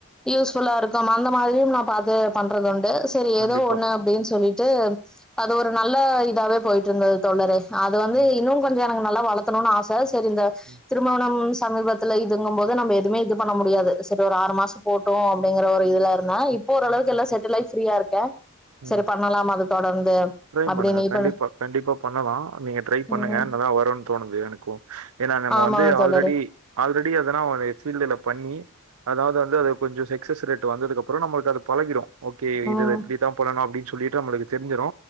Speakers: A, in the centre; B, on the right (about 80°).
A: யூஸ்ஃபுல்லா இருக்கும் அந்த மாதிரியும் நா பாத்து பண்றது உண்டு சரி
B: கண்டிப்பா
A: ஏதோ ஒண்ணு அப்டின்னு சொல்லிட்டு அது ஒரு நல்ல இதாவே போயிட்டு இருந்தது தோழரே‌ அது வந்து
B: ம்
A: இன்னும் கொஞ்சோ எனக்கு நல்ல வளத்தணும்னு ஆச சரி இந்த
B: ம்
A: திருமவ்ணம் சமூகத்துல இதுங்கும் போது நம்ம எதுமே இது பண்ண முடியாது செரி ஒரு ஆறு மாச போட் டு‌ அப்டிங்கிற ஒரு இதுல இருந்தா இப் ஓரளவுக்கு எல்லா செட்டில் ஆயி ஃப்ரீயா இருக்கே
B: ம்
A: செரி பண்ணலாம் அது தொடர்ந்து
B: ட்ரை
A: அப்படின்னு
B: பண்ணுங்க
A: இப்ப
B: கண்டிப்பா கண்டிப்பா பண்ணலா நீங்க ட்ரை பண்ணுங்க
A: ம்
B: நல்லா வருன் தோணுது எனக்கு ஏனா நம்ம
A: ஆமா
B: வந்து
A: தோழரே
B: ஆல்ரெடி ஆல்ரெடி எதனா ஒரு ஃபீல்டுல பண்ணி அதாவ்து வந்து அது கொஞ்ச சக்சஸ் ரேட்டு வந்ததுக்கு அப்றோ நம்மளுக்கு அது பழகிரு ஓகே
A: ம்
B: இதுல இப்டித்தா பண்ணணு அப்டின் சொல்லிட்டு நம்மளுக்கு தெரிஞ்சிரு